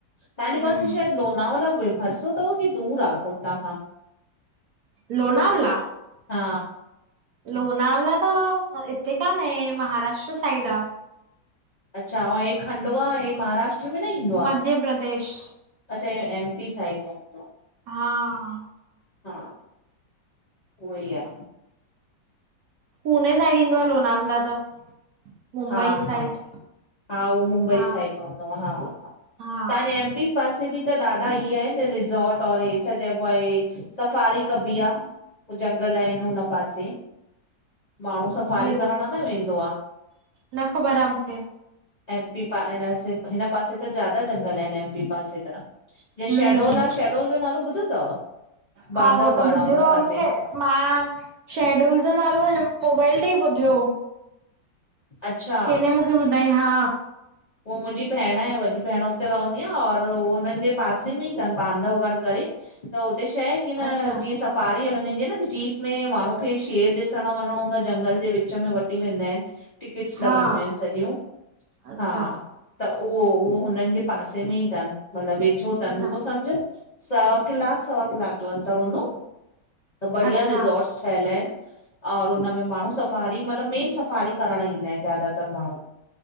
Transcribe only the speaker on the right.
हम्म
लोनावला?
लोनावल त इते कान्हें, महाराष्ट्र साइड आ।
मध्य प्रदेश
हा
पूने साइड ईंदो आ, लोनावला त। मुंबई
साइड
हा
हा
अल
न ख़बर आहे मुखे
हम्म
हा
उहो
त ॿुधियो
आहे
मूंखे मां शहडोल जो नालो मोबाइल ते ई ॿुधियो
के न मुखे ॿुधाई हा
अच्छा
हा
अच्छा
अच्छा
अच्छा